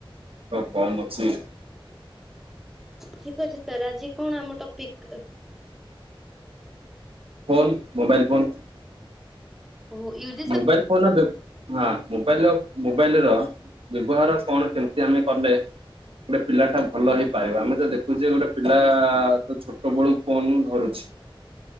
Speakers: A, on the right (about 85°); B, in the centre.
A: ଆଉ କମ୍ ଅଛି।
B: ଠିକ ଅଛି ସାର୍ ଆଜି କଣ ଆମ topic
A: phone mobile phone
B: <unintelligible>
A: mobile phone ଦେ ହଁ ମୋବାଇଲ ମୋବାଇଲ ର ବ୍ୟବହାର କଣ କେମତି ଆମେ କଲେ ଗୋଟେ ପିଲା ଟା ଭଲ ହେଇପାରିବ? ଆମେ ତ ଦେଖୁଚେ ଗୋଟେ ପିଲା ଛୋଟ ବେଳୁ ପୁନ୍ ଧରୁଛି।